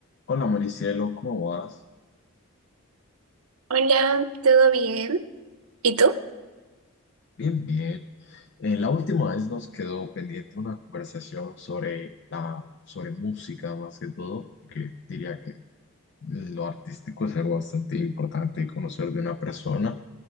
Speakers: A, on the left; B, on the right.
A: Hola Maricielo, ¿cómo vas?
B: Hola, ¿todo bien? ¿Y tú?
A: Bien, bien. Eh, la última vez nos quedó pendiente una conversación sobre la, sobre música más que todo, que diría que lo artístico es algo bastante importante conocer de una persona